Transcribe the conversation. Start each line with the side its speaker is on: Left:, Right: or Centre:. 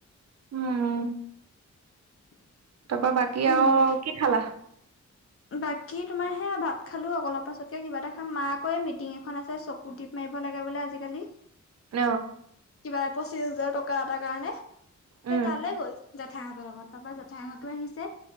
Right: উম
Left: <inaudible>
Right: তাপা বাকী
Left: উম
Right: আৰু কি খালা
Left: বাকী তোমাৰ সেয়া ভাত খালো অলপ পাছতকে কিবা এটা খাম মা আক মিটিং এখন আছে পুতিপ মাৰিব লাগে বোলে আজিকালি
Right: অ
Left: কিবা পঁচিশ হাজাৰ টকা এটাৰ কাৰণে সেই
Right: উম
Left: তালৈ গ'ল জাঠাইহঁতৰ লগত তাপা ঠাইহঁতো আহিছে